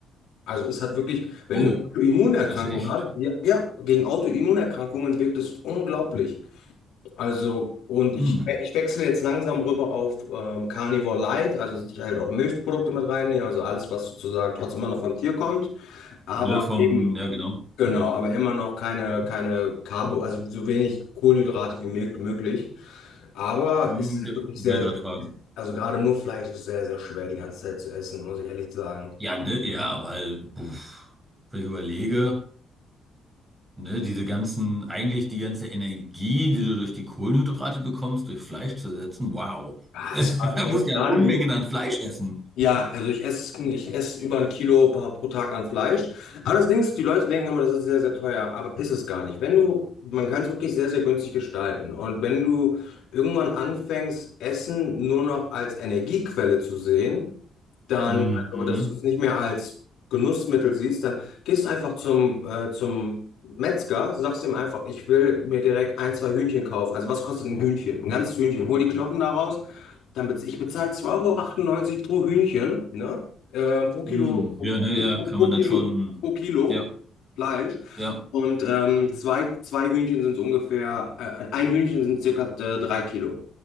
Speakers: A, on the left; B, on the right.
A: Also es hat wirklich, wenn
B: Oh,
A: du eine Autoimmunerkrankung
B: das ist echt.
A: hast, ja, ja, gegen Autoimmunerkrankungen wirkt es unglaublich. Also, und ich,
B: Mm.
A: ich wechsle jetzt langsam rüber auf ähm, Carnivore Light, also dass ich halt auch Milchprodukte mit reinnehme, also alles, was sozusagen trotzdem immer noch vom Tier kommt, aber
B: Ne, vom,
A: eben,
B: ja, genau.
A: genau, aber immer noch keine, keine Carbo, also so wenig Kohlenhydrate wie mö- möglich. Aber
B: Mm,
A: es ist
B: ja,
A: wirklich sehr,
B: wollte ich gerade fragen.
A: also gerade nur Fleisch ist sehr, sehr schwer die ganze Zeit zu essen, muss ich ehrlich sagen.
B: Ja, ne, ja, weil, puff, wenn ich überlege, ne, diese ganzen, eigentlich die ganze Energie, die du durch die Kohlenhydrate bekommst, durch Fleisch zu ersetzen, wow.
A: Ah,
B: <laughs>
A: es war
B: Da
A: gerade
B: musst du ja Unmengen
A: die,
B: an Fleisch essen.
A: Ja, also ich esse ich esse über ein Kilo pa- pro Tag an Fleisch. Aber das Ding ist, die Leute denken immer, das ist sehr, sehr teuer, aber ist es gar nicht. Wenn du, man kann es wirklich sehr, sehr günstig gestalten. Und wenn du irgendwann anfängst, Essen nur noch als Energiequelle zu sehen, dann,
B: Mhm.
A: also dass du es nicht mehr als Genussmittel siehst, dann gehst du einfach zum, äh, zum Metzger, sagst ihm einfach, ich will mir direkt ein, zwei Hühnchen kaufen. Also was kostet ein Hühnchen? Ein ganzes Hühnchen. Hol die Knochen daraus, dann bez ich bezahle zwei Euro achtundneunzig pro Hühnchen, ne? Ähm, pro
B: Mhm.
A: Kilo, pro,
B: Ja, ne, ja,
A: pro,
B: kann
A: pro
B: man
A: Kilo,
B: dann schon,
A: pro Kilo
B: ja,
A: Fleisch.
B: ja,
A: Und ähm, zwei, zwei Hühnchen sind so ungefähr, äh, ein Hühnchen sind circa äh, drei Kilo.